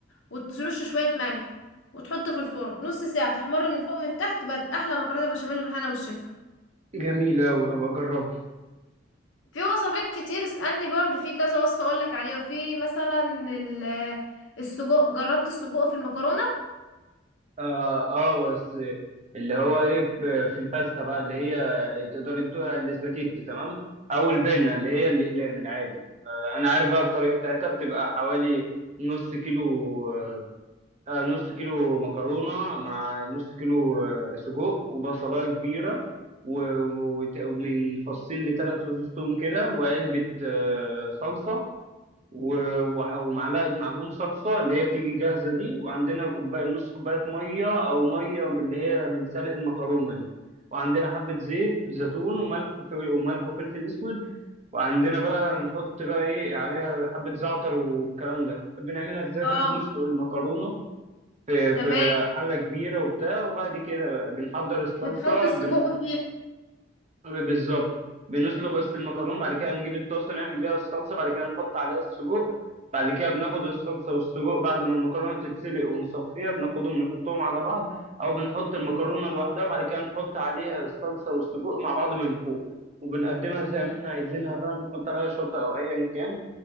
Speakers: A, on the left; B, on the right.
A: وترش شوية ملح وتحطه في الفرن نص ساعة تحمر من فوق من تحت بقت احلى مكرونة بشاميل بالهنا والشفا
B: جميل اوي هبقى اجربه
A: في وصفات كتير اسألني برضو في كذا وصفة اقولك عليها وفي مثلا ال- السجق جربت السجق في المكرونة
B: اه اه بس اللي هو ايه ب- في الباستا بقى اللي هي تقدري تدوها الاسباجيتي تمام او البنه اللي هي الاقلام العادي آه انا عارف بقى الطريقه بتاعتها بتبقى حوالي نص كيلو آه، نص كيلو مكرونة مع نص كيلو آه، سجق وبصلاية كبيرة و- وت- ومن فصين لثلاث فصوص توم كده وعلبة آه، صلصة و- وح- ومعلقة معجون صلصة اللي هي بتيجي جاهزة دي وعندنا كوباية نص كوباية مية أو مية من اللي هي من سلق المكرونة دي وعندنا حبة زيت زيتون وملح ف- وملح وفلفل أسود وعندنا بقى نحط بقى إيه عليها حبة زعتر والكلام ده بنعملها إزاي
A: اه
B: بقى بنسلق المكرونة في
A: تمام
B: في حلة كبيرة وبتاع وبعد كده بنحضر الصلصة
A: بتحط السجق
B: بن-
A: فيه
B: بالظبط بنسلق بس المكرونة بعد كده نجيب الطاسة نعمل بيها الصلصة بعد كده نحط عليها السجق بعد كده بناخد الصلصة والسجق بعد ما المكرونة تتسلق ونصفيها بناخدهم نحطهم على بعض أو بنحط المكرونة لوحدها وبعد كده نحط عليها الصلصة والسجق مع بعض من فوق وبنقدمها زي ما احنا عايزينها بقى بنحط عليها شطة أو أيا كان